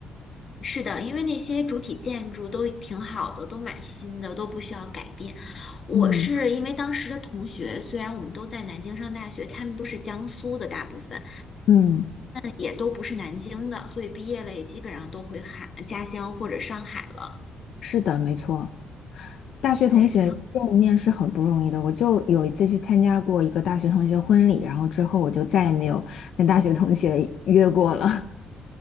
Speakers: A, on the left; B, on the left.
A: 是的，因为那些主体建筑都挺好的，都蛮新的，都不需要改变。我是因为当时的同学，
B: 嗯
A: 虽然我们都在南京上大学，他们都是江苏的，大部分
B: 嗯。
A: 也都不是南京的，所以毕业了也基本上都回海家乡或者上海了。
B: 是的，没错。大学同学见一面是很不容易的。
A: 对，然后。
B: 我就有一次去参加过一个大学同学婚礼，然后之后我就再也没有跟大学同学约过了。<laughs>